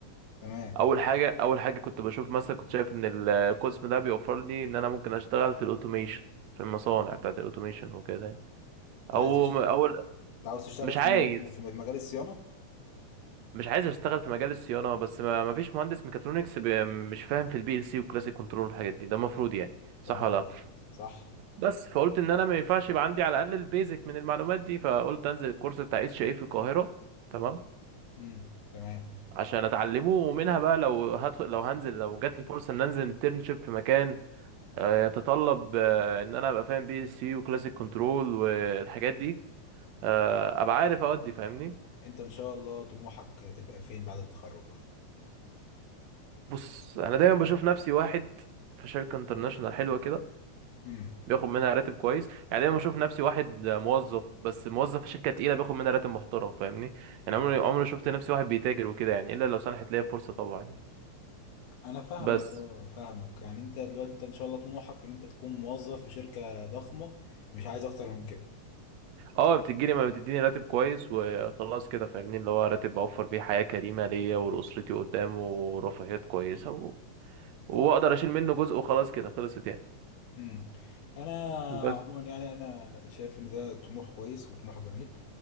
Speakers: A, on the left; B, on the right.
A: تمام
B: اول حاجه اول حاجه كنت بشوف مثلا كنت شايف ان القسم ده بيوفر لي ان انا ممكن اشتغل في الاوتوميشن في المصانع بتاعت الاوتوميشن وكده يعني
A: انت
B: او
A: عايز تشت...
B: او
A: انت عاوز تشتغل
B: مش
A: في
B: عايز
A: م- في في مجال الصيانة
B: مش عايز اشتغل في مجال الصيانه بس ما ما فيش مهندس ميكاترونكس بي- مش فاهم في البي ال سي والكلاسيك كنترول والحاجات دي ده المفروض يعني صح
A: تمام
B: ولا لأ؟
A: صح
B: بس فقلت ان انا ما ينفعش يبقى عندي على الاقل البيزك من المعلومات دي فقلت انزل الكورس بتاع اتش اي في القاهره تمام
A: امم تمام
B: عشان اتعلمه ومنها بقى لو هدخل لو هنزل لو جات لي فرصه ان انزل انترنشيب في مكان آه، يتطلب آه، ان انا ابقى فاهم بي ال سي وكلاسيك كنترول والحاجات دي آه، ابقى عارف اودي فاهمني
A: انت ان شاء الله طموحك تبقى فين بعد التخرج
B: بص انا دايما بشوف نفسي واحد في شركه انترناشونال حلوه كده
A: امم
B: بياخد منها راتب كويس يعني دايما بشوف نفسي واحد موظف بس موظف في شركه تقيله بياخد منها راتب محترم فاهمني يعني
A: امم
B: عمري عمري ما شفت نفسي واحد بيتاجر وكده يعني الا لو سنحت ليا فرصه طبعا
A: انا فاهمك
B: بس
A: اه فاهمك يعني انت دلوقتي انت ان شاء الله طموحك ان انت تكون موظف في شركة ضخمة مش عايز اكتر من كده
B: اه بتجيلي ما بتديني راتب كويس وخلاص كده فاهمني اللي هو راتب اوفر بيه حياه كريمه ليا ولاسرتي قدام ورفاهيات كويسه و... واقدر اشيل منه جزء وخلاص كده خلصت يعني
A: مم. انا
B: بس
A: عموما يعني انا شايف ان ده طموح كويس وطموح جميل